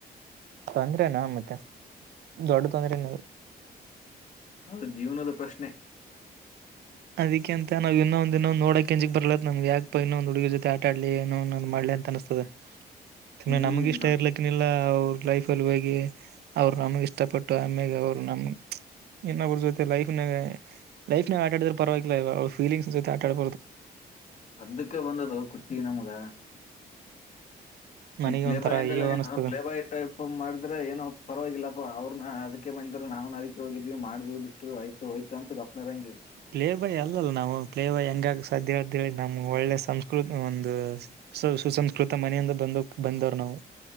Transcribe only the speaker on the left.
ಅವರು ಜೀವನದ ಪ್ರಶ್ನೆ.
ಹ್ಮ್
ಅದ್ದಕ್ಕೆ ಬಂದದು ಕುತ್ತೀ ನಮಗ
ಈ ಪ್ಲೇ
ಬಾಯ ಅಂದಲ್ಲ
ನೀ
ಪ್ಲೇ ಬಾಯ ಟೈಪ್ ಮಾಡಿದ್ರ ಏನೋ ಪರವಾಗಿಲ್ಲಪ್ಪಾ ಅವ್ರನ್ನ ಅದಕ್ಕೆ ಬಂದ ಅ್ರ ನವು ನ ಅದಕ್ಕೆ ಹೋಗಿದ್ವಿ ಮಾಡ್ವಿ ಬಿಟ್ಟುಯತ ಹಯತ ಅಂತ ಗಪ್ನ ಹಂಗಿವವಿ.